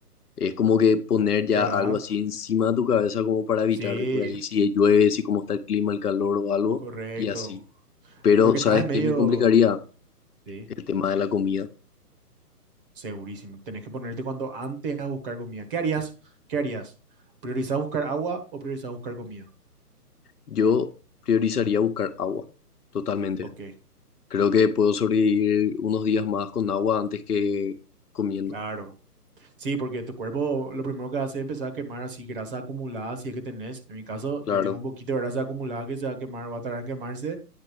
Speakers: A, on the left (about 70°); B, on the right (about 35°).
A: Es como que poner ya
B: ¿Verdad?
A: algo así encima de tu cabeza como para evitar
B: Sí,
A: de por ahí si llueve, si cómo está el clima, el calor o algo,
B: correcto.
A: y así. Pero,
B: Porque
A: ¿sabes
B: estás en medio,
A: qué me complicaría?
B: sí,
A: El tema de la comida.
B: segurísimo. Tenés que ponerte cuanto antes a buscar comida. ¿Qué harías? ¿Qué harías? ¿Priorizás buscar agua o priorizás buscar comida?
A: Yo priorizaría buscar agua, totalmente.
B: Ok,
A: Creo que puedo sobrevivir unos días más con agua antes que comiendo.
B: claro. Sí, porque tu cuerpo lo primero que hace es empezar a quemar así grasa acumulada, si es que tenés. En mi caso,
A: Claro,
B: yo tengo un poquito de grasa acumulada que se va a quemar, va a tardar en quemarse.